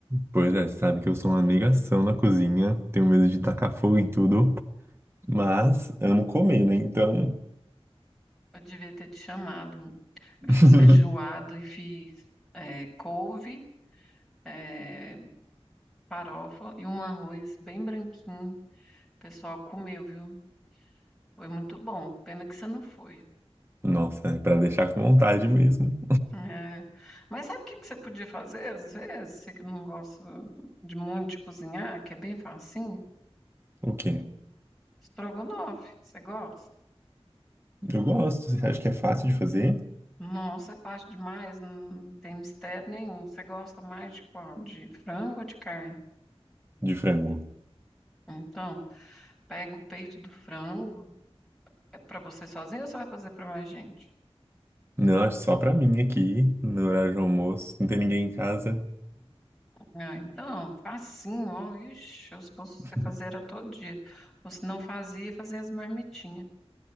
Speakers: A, on the right (about 25°); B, in the centre.
A: Pois é, sabe que eu sou uma negação na cozinha, tenho medo de tacar fogo em tudo, mas amo comer, né? Então,
B: Eu devia ter te chamado. Eu
A: <laughs>
B: fiz feijoada e fiz eh, couve, eh, farofa e um arroz bem branquinho. O pessoal comeu, viu? Foi muito bom. Pena que você não foi.
A: nossa, é pra deixar com vontade mesmo.
B: É. Mas sabe o que que você podia fazer às vezes? Você que não gosta de muito de cozinhar, que é bem facinho,
A: O quê?
B: estrogonofe, você gosta?
A: Eu gosto, você acha que é fácil de fazer?
B: Nossa, é fácil demais, não tem mistério nenhum. Você gosta mais de qual? De frango ou de carne?
A: De frango.
B: Então, pega o peito do frango. É para você sozinho ou você vai fazer para mais gente?
A: Não, acho só pra mim aqui, no horário de almoço, não tem ninguém em casa.
B: Ah, então, facinho, ó. Ixi, eu se fosse você
A: <laughs>
B: fazer era todo dia. Ou se não fazia, fazia as marmitinhas.